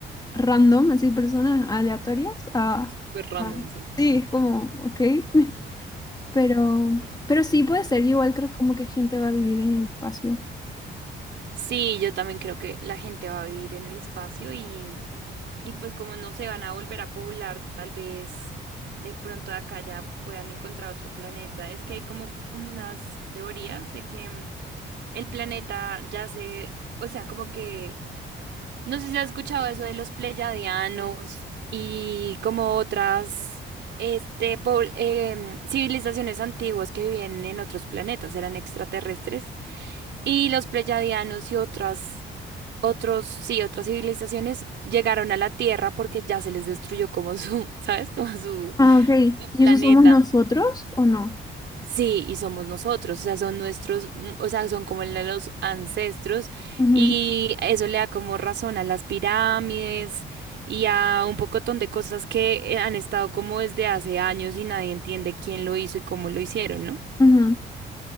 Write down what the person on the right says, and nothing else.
súper random,
sí.
Sí, yo también creo que la gente va a vivir en el espacio y, y pues como no se van a volver a poblar, tal vez de pronto de acá ya puedan encontrar otro planeta. Es que hay como unas teorías de que mm, el planeta ya se, o sea, como que, no sé si has escuchado eso de los pleyadianos y como otras, este, pobl- em, civilizaciones antiguas que vivían en otros planetas, eran extraterrestres, y los pleyadianos y otras, otros, sí, otras civilizaciones llegaron a la Tierra porque ya se les destruyó como su, <laughs> ¿sabes? Como su,
su
planeta.
Sí, y somos nosotros, o sea, son nuestros, mm, o sea, son como la- los ancestros
y eso le da como razón a las pirámides y a un pocotón de cosas que eh, han estado como desde hace años y nadie entiende quién lo hizo y cómo lo hicieron, ¿no?